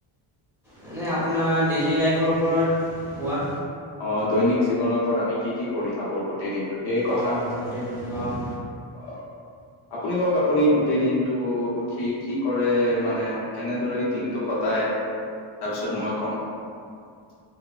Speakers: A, in the centre; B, on the left (about 55°).
A: মানে আপোনাৰ ডেইলি লাইফৰ ওপৰত কোৱা।
B: অ দৈনিক জীৱনৰ ওপৰত আমি কি কি কৰি থাকো গোটেই দিনটো সেই কথা
A: অঁ গোটেই দিনটো অঁ
B: অ আপুনি কওক আপুনি গোটেই দিনটো উঠি কি কৰে। মানে কেনেদৰে দিনটো কটাই হয় তাৰপিছত মই কম <unintelligible>